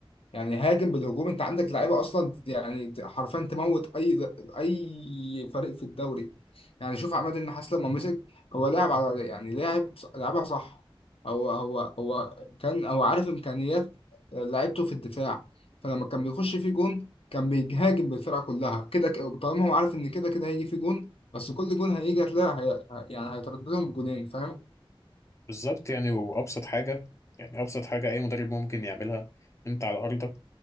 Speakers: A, on the left; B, on the left.
A: يعني هاجم بالهجوم انت عندك لعيبه اصلا يعني ت- حرفيا تموت اي اي فريق في الدوري يعني شوف عماد النحاس لما مسك هو لاعب على يعني لاعب ص- لعبها صح هو هو هو كان هو عارف امكانيات لعيبته في الدفاع فلما كان بيخش فيه جون كان بيهاجم بالفرقه كلها كده ك- طالما هو عارف ان كده كده هيجي فيه جون بس كل جون هيجي هتلاقي هي... يعني هيترددهم بجونين فاهم
B: بالظبط يعني وابسط حاجه يعني ابسط حاجه اي مدرب ممكن يعملها انت على ارضك